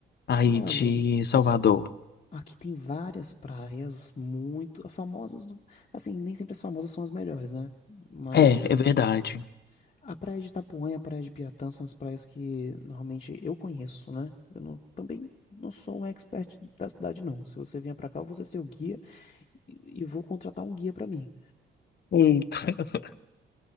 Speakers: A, on the left (about 55°); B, on the left (about 35°).
A: aí
B: Olha,
A: de Salvador?
B: aqui tem várias praias muito as famosas, não- assim, nem sempre as famosas são as melhores, né? Mas
A: É, é verdade.
B: a praia de Itapuã e a praia de Piatã são as praias que normalmente eu conheço, né? Eu não, também não sou um expert da cidade, não. Se você vier pra cá, eu vou ser seu guia e, e vou contratar um guia pra mim.
A: Eita. <laughs>